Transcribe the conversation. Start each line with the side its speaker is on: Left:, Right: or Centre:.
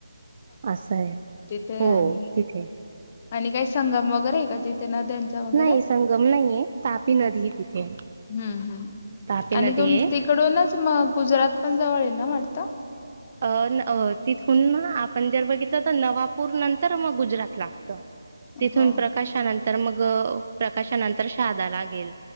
Right: असं आहे.
Left: ते
Right: हो
Left: आणि
Right: तिथे
Left: -आणि काय संगम वगैरे आहे का? तिथे नद्यांचा वगैरे?
Right: नाही संगम नाही आहे तापी नदी तिथे
Left: हम्म. हम्म.
Right: तापी नदी
Left: आणि तुम
Right: आहे
Left: -तिकडूनच म गुजरात पण जवळ य येना माडत <unintelligible>
Right: अ न अ तिथून आपण जर बघितलं तर नवापूर नंतर मग गुजरात लागतं.
Left: हो
Right: तिथून प्रकाशानंतर मग -अ प्रकाशानंतर शहादा लागेल.